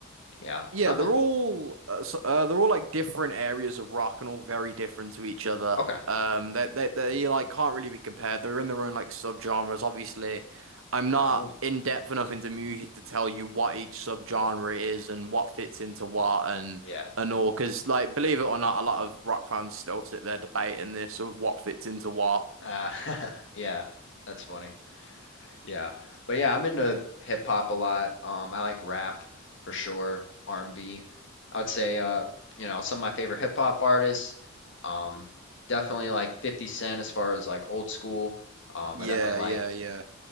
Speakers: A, on the left; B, on the right.
A: Yeah.
B: Yeah,
A: I'm
B: they're all uh, s- uh, they're all like different areas of rock and all very different to each other.
A: okay.
B: Um, they they they like can't really be compared. They're in their own like subgenres. Obviously, I'm not
A: Oh,
B: in depth enough into music to tell you what each subgenre is and what fits into what and
A: yeah.
B: and all. Because like, believe it or not, a lot of rock fans still sit there debating this of what fits into what.
A: Uh, <laughs> yeah, that's funny. Yeah. But yeah, I'm into hip hop a lot. Um, I like rap for sure, R&B. I would say uh, you know, some of my favorite hip hop artists. Um, definitely like 50 Cent as far as like old school. Um,
B: Yeah,
A: I definitely like
B: yeah, yeah.